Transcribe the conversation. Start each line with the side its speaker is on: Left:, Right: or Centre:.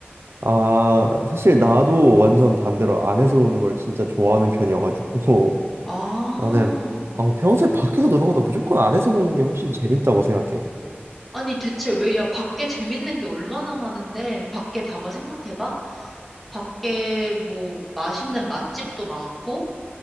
Right: 아, 사실 나도 완전 반대로 안에서 노는 걸 진짜 좋아하는 편이어가지고
Centre: 아,
Right: <laughs> 나는 어, 평소에 밖에서 노는 거보다 무조건 안에서 노는 게 훨씬 재밌다고 생각해.
Centre: 아니 대체 왜, 야, 밖에 재밌는 게 얼마나 많은데, 밖에 봐봐, 생각해봐. 밖에 뭐 맛있는 맛집도 많고,